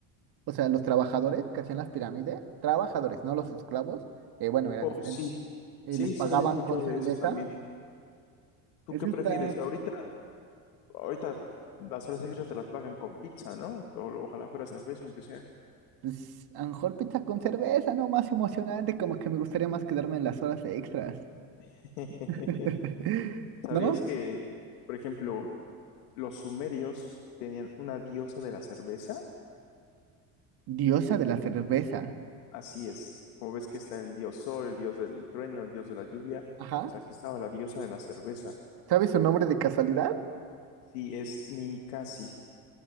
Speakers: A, on the right; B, on the left.
A: O sea, los trabajadores que hacían las pirámides, trabajadores, no los esclavos, eh, bueno, eran
B: Oh,
A: diferentes.
B: sí,
A: y
B: sí,
A: les pagaban
B: sí había escuchado
A: con cerveza.
B: de eso también. ¿Tú
A: Eso
B: qué prefieres?
A: está,
B: Ahorita, ahorita las horas extras te las pagan con pizza, ¿no? O, ojalá fuera cerveza, aunque sea.
A: pues, a lo mejor pizza con cerveza, ¿no? Más emocionante, como que me gustaría más quedarme en las horas extras.
B: <laughs>
A: <laughs>
B: ¿Sabías
A: ¿No?
B: que, por ejemplo, los sumerios tenían una diosa de la cerveza?
A: Diosa de la cerveza.
B: Así es. Como ves que está el dios sol, el dios del trueno, el dios de la lluvia,
A: Ajá.
B: pues aquí estaba la diosa de la cerveza.
A: ¿Sabes su nombre de casualidad?
B: Sí, es Ninkasi.